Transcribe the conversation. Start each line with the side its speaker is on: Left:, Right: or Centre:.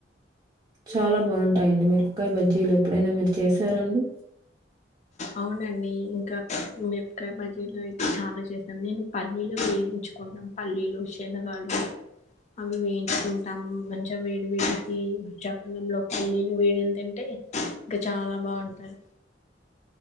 Right: చాలా బాగుంటాయిడి మీరపకాయ బజ్జీలు ఎప్పుడైనా మీరు చేశారండి
Left: అవునండి ఇంకా మెపకాయ బజీలో అయితే చాలా చేస్తాను నేను పల్లీలు వేయించు కున్నాం పల్లీలు శనగాలు అవి వేయించుకుంటాం మంచిగా వేడి వేడికి వచ్చ్యాకన్నంలో పళ్ల్లీలు వేడలు తింటే ఇంకా చాలా బాగుంటాయి